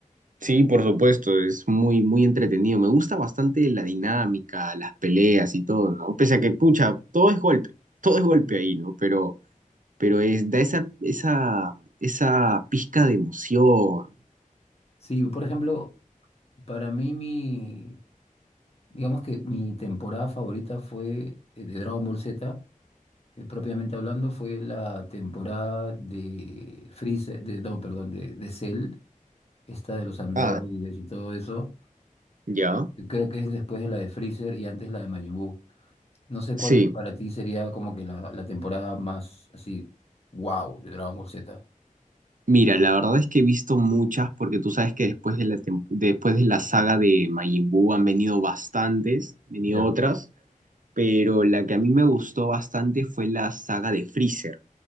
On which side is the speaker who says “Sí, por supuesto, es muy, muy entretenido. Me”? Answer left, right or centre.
Right